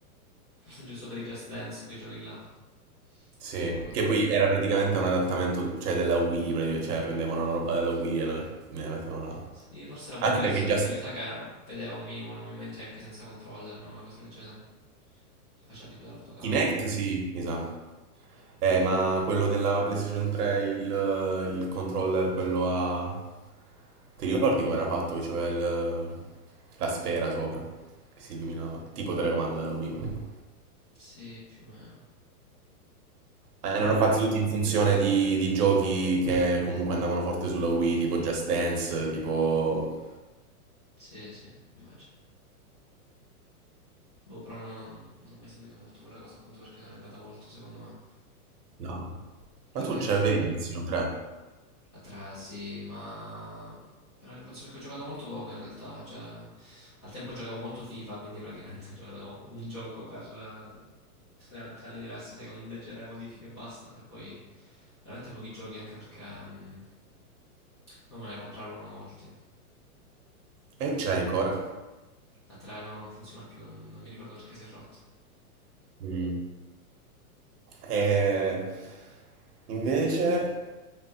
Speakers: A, on the left (about 20°); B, on the right (about 80°).
A: Forse giusto per i Just Dance, quei giochi là.
B: Sì,
A: Qualcuno lo usava.
B: che poi era praticamente un adattamento, cioè della Wii, praticamente, cioè prendevano la roba della Wii e noi- ne mettevano là.
A: Sì, forse era un
B: Anche
A: po' diverso
B: perché già
A: perché
B: s-
A: mi sa che vedeva un minimo nei movimenti anche senza controller, no? Una cosa del genere. Lo faceva tipo dalla fotocamera.
B: Kinect sì, mi sa. Eh, ma quello della PlayStation 3, il, il controller, quello a... Ti ricordi come era fatto? Che c'aveva il- la sfera sopra, che si illuminava. Tipo telecomando della Wii comunque.
A: Sì, più o meno.
B: Ma
A: No,
B: Erano
A: non mi-
B: fatti tutti in funzione di, di giochi che comunque andavano forte sulla Wii, tipo Just Dance, tipo
A: Sì, sì, immagino. Boh, però no, non, non ho mai seguito molto quella cosa appunto perché non è andata molto, secondo me.
B: No,
A: Poi
B: Ma tu
A: quegli altri...
B: ce l'avevi la PlayStation 3?
A: La 3, sì, ma... È una console che ho giocato molto poco in realtà, cioè... Al tempo giocavo molto FIFA, quindi praticamente <laughs> ho giocato un gioco per eh, tre, an- tre anni diversi, sai, con leggere modifiche e basta, e poi veramente pochi giochi anche perché mh, non me ne comprarono molti.
B: E ce l'hai ancora?
A: La 3 no, non funziona più, non, non mi ricordo perché si è rotto.
B: Mm. E invece,